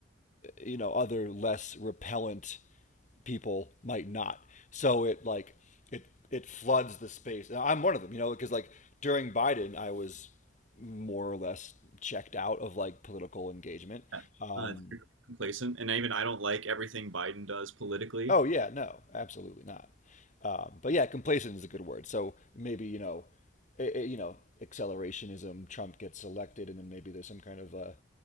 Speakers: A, on the left (about 35°); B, on the right (about 80°).
A: you know other less repellent people might not. So it like it it floods the space. And I'm one of them, you know, because like during Biden, I was more or less checked out of like political engagement.
B: yeah.
A: Um,
B: uh, it's pretty complacent. And even I don't like everything Biden does politically.
A: Oh yeah, no, absolutely not. Um, but yeah, complacent is a good word. So maybe you know, i i you know, accelerationism. Trump gets elected, and then maybe there's some kind of a